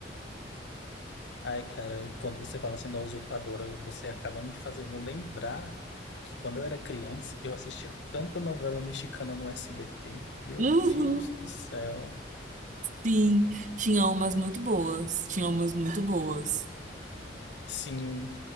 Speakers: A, on the left; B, on the right.
A: Ai, cara, quando você fala assim da Usurpadora, você acaba me fazendo lembrar que quando eu era criança, eu assistia tanta novela mexicana no SBT. Meu
B: Uhum,
A: Deus do céu.
B: sim, tinha umas muito boas, tinha umas muito boas.
A: Sim.